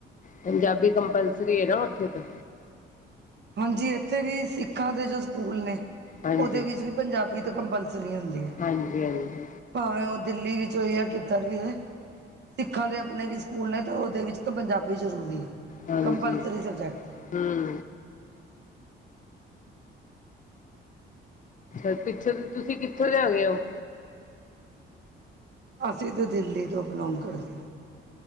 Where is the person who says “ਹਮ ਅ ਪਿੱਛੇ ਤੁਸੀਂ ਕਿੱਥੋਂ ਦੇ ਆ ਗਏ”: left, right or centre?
Left